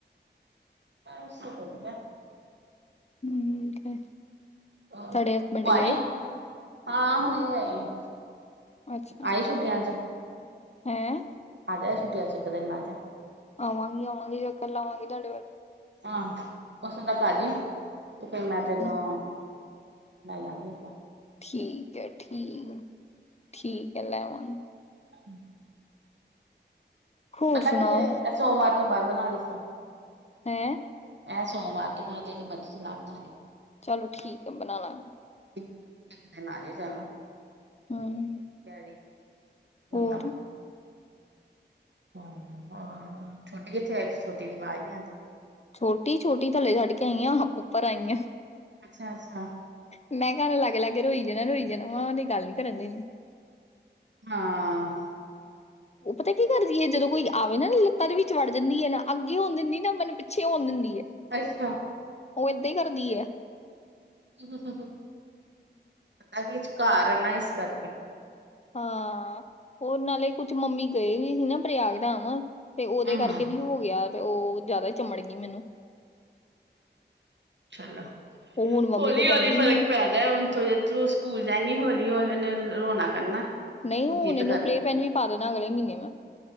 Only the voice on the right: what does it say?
ਅਸੀਂ ਵਧੀਆ।
ਤੂੰ
ਆਈ
ਹਾਂ ਹੁਣੇ ਆਏ ਆ।
ਆਈ ਛੁੱਟੀਆਂ ਚ
ਆਜਾ। ਛੁੱਟੀਆਂ 'ਚ ਇੱਕ ਦਿਨ ਲਾਜਾ।
ਹਾਂ ਉੱਥੇ ਤਾਂ ਘਰ ਹੀ? ਤੇ ਫਿਰ ਮੈਂ ਤੈਨੂੰ।
ਲੈ ਜਾਗੇ ਆਪਾਂ।
ਹੂੰ।
ਪਤਾ
ਕੀ ਏ ਇਹ ਸੋਮਵਾਰ ਤੋਂ ਵਾਲ ਬਣਾ ਰਹੀ ਸੀ
ਇਹ ਸੋਮਵਾਰ ਤੋਂ ਮ ਜਦੋਂ ਮਰਜ਼ੀ ਸਲਾਹ ਬਣਾ ਲਈ
ਇੱਕ ਦਿਨ ਆਜੇ ਜਾਂ
ਕੈਰੀ ਉਹਨਾ
ਮ ਹਮ ਛੋਟੀ ਕਿਥੇ ਛੋਟੀ ਦੀ ਆਵਾਜ਼ ਨਹੀਂ ਆਉਂਦੀ
ਅੱਛਾ ਅੱਛਾ
ਹਾਂ
ਅੱਛਾ।
ਹੂ ਹੂ ਹੂ ਆ ਵਿਚਕਾਰ ਆ ਨਾ ਇਸ ਕਰ ਕੇ
ਹੂੰ,
ਚਲੋ
ਹੌਲੀ
ਹੌਲੀ ਫਰਕ
ਪੈਦਾ ਹੁਣ ਥ ਹੁਣ ਸਕੂਲ ਜਾਏਗੀ ਹਲੀ ਹੌਲੀ ਰੋਣਾ ਕਰਨਾ
ਜਿੱਦ
ਕਰਨਾ